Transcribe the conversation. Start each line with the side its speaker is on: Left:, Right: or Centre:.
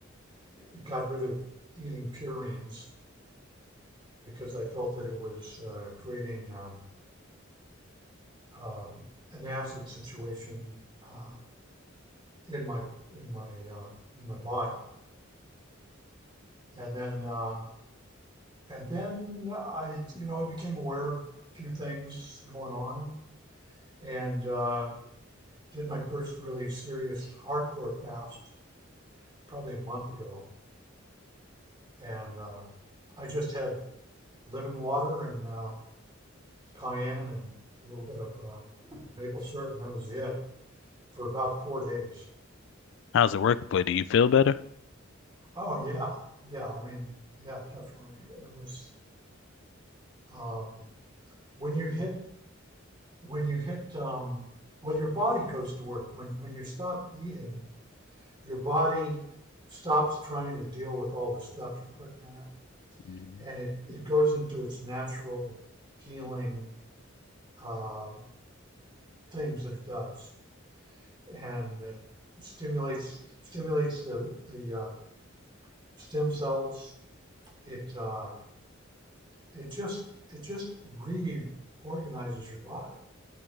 Right: it got rid of eating purines because I felt that it was uh, creating um, um an acid situation uh, in my in my uh, in my body. And then uh, and then I you know I became aware of a few things going on, and uh, did my first really serious hardcore fast probably a month ago, and uh, I just had lemon water and uh, cayenne and a little bit of uh, maple syrup, and that was it for about four days.
Left: How's it work? But do you feel better?
Right: Oh yeah, yeah. I mean, yeah, definitely. It was um, when you hit when you hit um, well, your body goes to work when when you stop eating. Your body stops trying to deal with all the stuff you're putting in it
Left: Mm,
Right: and it, it goes into its natural healing uh, things that it does, and it stimulates stimulates the the uh, stem cells. It uh, it just it just reorganizes your body.